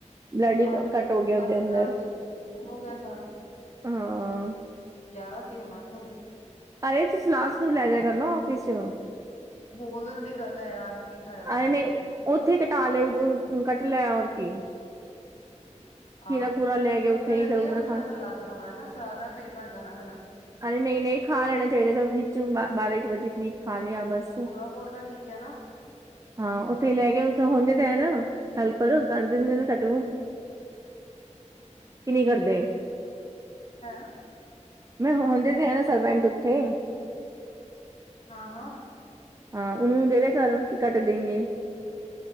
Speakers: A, on the right (about 25°); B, on the left (about 60°).
A: ਬਲਡ ਹੀ
B: ਅੱਠ
A: ਘੱਟ ਹੋ ਗਿਆ ਇਦੇ
B: ਅੱਠ
A: ਅੰਦਰ
B: ਗ੍ਰਾਮ ਖੂਨ ਹੋ ਗਿਆ ਸਾਰਾ
A: ਹਾਂ
B: ਗਿਆਰਾਂ ਸੀ ਹੁਣ ਅੱਠ ਹੋ ਗਿਆ
A: ਅਰੇ ਤੁ ਸਲਾਸ ਨੂੰ ਲੈ ਜਾ ਕਰ ਨਾ ਆਫਿਸ ਚ।
B: ਬੋਲਣ ਦੀ ਗੱਲ ਹੈ ਯਾਰ ਨਹੀਂ ਖਾਇਆ ਜਾਂਦਾ
A: ਅਰੇ ਉੱਥੇ ਕਟਾ ਲਿਆ ਕੱਟ ਲਿਆ ਔਰ ਕੀ ਖੀਰਾ
B: ਹਾਂ
A: ਖੂਰਾ
B: ਭੁੱਖ
A: ਲੈ ਕੇ ਉੱਥੇ
B: ਲੱਗੀ
A: ਹੀ ਇੱਧਰ ਉਧਰ
B: ਹੈ ਮੈਨੂੰ
A: ਖਾ
B: ਮੈਂ ਸਲਾਦ ਖਾਣਾ ਹੈ ਨਾ ਸਲਾਦ ਨਾਲ ਪੇਟ ਭਰ ਜਾਣਾ ਮੇਰਾ
A: ਹਾਂ ਨਹੀਂ ਨਹੀਂ ਖਾ ਲੈਣਾ ਚਾਹੀਦਾ ਵਿੱਚ ਬਾਰਾਂ ਇੱਕ ਵਜੇ ਕਰੀਬ ਖਾ ਲਿਆ ਬਸ
B: ਥੋੜਾ ਬਹੁਤ ਤਾਂ ਠੀਕ ਹੈ ਨਾ
A: ਹਾਂ ਉੱਥੇ ਲੈ ਕੇ ਹੁੰਦੇ ਤੇ ਹੈ ਨਾ ਹੈਲਪਰ ਕਰਦੇ ਹੁੰਦੇ ਨੇ ਘੱਟ ਹੂਨ ਕਿ ਨਹੀਂ ਕਰਦੇ
B: <unintelligible>
A: ਮੈਂ ਹੁੰਦੇ ਤੇ ਹੈ ਨਾ ਸਰਵੈਂਟ ਉੱਥੇ
B: ਹਾਂ ਹਾਂ
A: ਹਾਂ ਉਹਨ ਨੂੰ ਦੇ ਦੇ ਕਰ ਕੀ ਕੱਟ ਦੇਈਏ